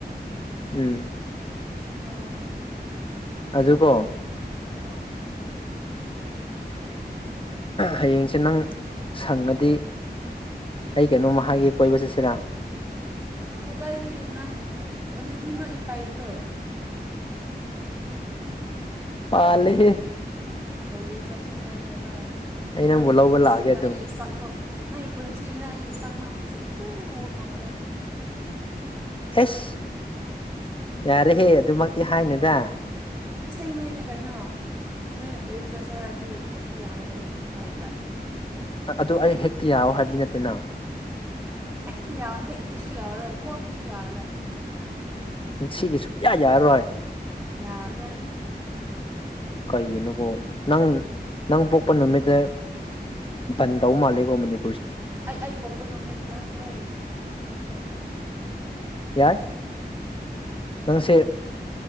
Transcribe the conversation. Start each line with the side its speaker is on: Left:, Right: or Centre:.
Left: ꯎꯝ
Right: ꯇ
Left: ꯑꯖꯨ ꯀꯣ
Right: ꯑꯣ
Left: ꯍꯌꯦꯡꯁꯦ ꯅꯪ ꯁꯪꯉꯗꯤ ꯑꯩ ꯀꯩꯅꯣ ꯃꯍꯥꯛꯀꯤꯒꯤ ꯀꯣꯏꯕ ꯆꯠꯁꯤꯔꯥ
Right: ꯀꯥꯏꯔꯤ ꯅꯪ ꯑꯗꯨꯗꯤ ꯅ ꯏ ꯀꯥꯏꯗ꯭ꯔꯣ
Left: ꯄꯥꯂ ꯍꯦ
Right: ꯀꯔꯤ ꯆ ꯑꯁꯦ ꯀꯥꯏ ꯅ ꯀ
Left: ꯑꯩ ꯅꯪꯕꯨ
Right: ꯅꯪꯒꯤ
Left: ꯂꯧꯕ
Right: ꯄꯨꯟꯁꯤꯗ
Left: ꯂꯥꯛꯑꯒꯦ ꯑꯗꯨꯝ
Right: ꯑꯩꯒꯤ ꯆꯥꯛꯄ ꯅꯪꯒꯤ ꯄꯨꯟꯁꯤꯗꯅꯦ ꯑꯩꯒꯤ ꯆꯅ ꯁ ꯐꯉꯦ
Left: ꯑꯦꯁ ꯌꯥꯔꯦꯍꯦ ꯑꯗꯨꯃꯛꯇꯤ ꯍꯥꯏꯅꯨꯗ
Right: ꯉꯁꯦꯡꯕꯅꯤꯅꯦ ꯀꯩꯅꯣ ꯅꯣꯏꯅ ꯀꯣꯏꯕ ꯆꯠꯁꯔ ꯑꯩꯈꯣꯏ ꯍꯦꯛꯇ ꯌꯥꯒꯗꯕꯒꯤ ꯇꯥꯏꯞꯇ
Left: ꯑꯗꯨ ꯑꯩ ꯍꯦꯛꯇ ꯌꯥꯋꯣ ꯍꯥꯏꯕꯗꯤ ꯅꯠꯇꯦꯅ
Right: ꯍꯛꯇ ꯍꯦꯛꯇꯨꯁꯨ ꯌꯥꯔꯣꯏ ꯀꯣꯟꯅꯁꯨ ꯌꯥꯔꯔꯣꯏ
Left: ꯄꯨꯟꯁꯤꯒꯤ ꯁꯨꯡꯌꯥ ꯌꯥꯔꯔꯣꯏ
Right: ꯌꯥꯔꯣꯏ
Left: ꯀꯩꯒꯤꯅꯣꯕꯣ ꯅꯪ ꯅꯪ ꯄꯣꯛꯄ ꯅꯨꯃꯤꯠꯇ ꯟ ꯇꯎ ꯃꯥꯂꯦꯒꯣ ꯃꯅꯤ
Right: ꯑꯩ ꯑꯩ ꯄꯣꯛꯄꯗꯣ ꯃꯤꯠꯇ ꯍꯣꯏ
Left: ꯌꯥꯏ
Right: ꯑꯗꯣꯅꯦ
Left: ꯅꯪꯁꯦ